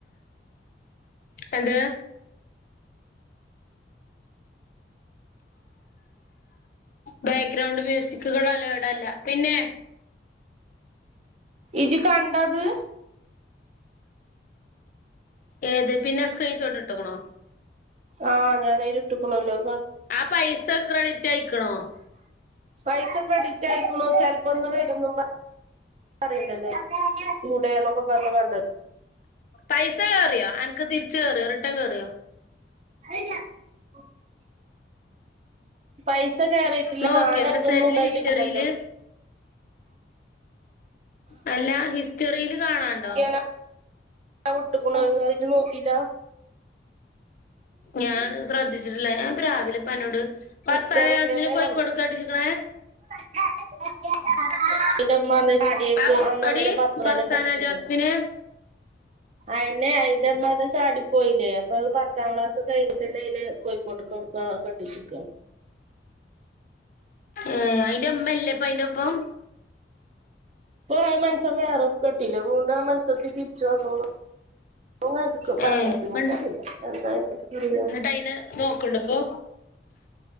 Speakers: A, on the left (about 45°); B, on the right (about 35°).
A: <inaudible> എന്ത് ബേഗ് ഗ്രൗണ്ട് മ്യൂസിക്കുകൾ അലൗഡ് അല്ല പിന്നെ
B: ഇജ് കണ്ടോത്
A: ഏത് പിന്നെ സ്ക്രീൻഷോട്ട് ഇട്ട് ക്ക്ണോ
B: ആഹ് ഞാനയ്ല് ഇട്ട്ക്ക്ണല്ലോ
A: ആ പൈസ ക്രഡിറ്റായ്ക്ക്ണോ
B: പൈസ ക്രഡിറ്റായ്ക്ക്ണോച്ചാൽ വന്നുണോ ഇതൊന്നും <unintelligible> പറയണ്ടല്ലേ കൂടെ എന്നൊക്കെ പറഞ്ഞ്കാണ്ട്
A: പൈസകേറിയോ അൻക്ക് തിർ ച്ച് കേറിയോ റിട്ടൺ കേറിയോ
B: <inaudible> പൈസ കേറീട്ടില്ല
A: നോക്കിയോ
B: നാളെ
A: മെസ്സേജില്
B: <unintelligible> അയ്ല്
A: ഹിസ്റ്ററിയില്
B: കണ്ടല്ലോ
A: അല്ലാ ഹിസ്റ്റ സ്റ്ററീല് കാണാണ്ടോ
B: അൻക്കെങ്ങനെ വിട്ട്ക്ക്ണു അത് അത് ഇജ്ജ് നോക്കില്ല
A: ഞാൻ ശ്രദ്ധിച്ചിട്ട്ല്ല ഞൻപ്പരാവിലെ പ്പാനോട് ഫർസാന
B: ഹിസ്റ്ററിലെന്നെ
A: ജാസ്മിനെ കോഴിക്കോട് ക്കാ കെട്ടിച്ച്ക്നേ
B: <unintelligible> ഇന്റമ്മറ്ഞ്ഞ് ചാടിയൊക്കെ
A: ആ
B: അന്ന്
A: എടി
B: അങ്ങനെ പത്ത്ന്ന്ന്നെ
A: ഫർസാന
B: കെട്ടിച്ച്കുനു
A: ജാസ്മിനെ
B: അയെന്നെ അയിന്റെമ്മന്ന് ചാടി പോയില്ലേ അപ്പൊ പത്താം ക്ലാസ് കഴിഞ്ഞ് കണ്ടഅയിനെ കോഴിക്കോട്ട്കൊട്ക്കാ കെട്ടിച്ചെക്കാ
A: ഏ അയ്ന്റെ ഇമ്മല്ലേപ്പഅയ്ന്റെപ്പം
B: പ്പേ ആ മൻസം വേറൊ കെട്ടില്ലേ വീണ്ടും ആ മൻസത്തി തിർ ച്ച് വന്നൂന്ന് ഇങ്ങള് കേട്ട്ക്ക്
A: ഏ
B: പറഞ്ഞേട്ട്ണ്
A: ഇപ്പം
B: ഇച്ചറീല്ല എന്താ അയിന്റെ പറയാ
A: ന്നട്ടയ്നെ നോക്ക്‌ണ്ട്പ്പൊ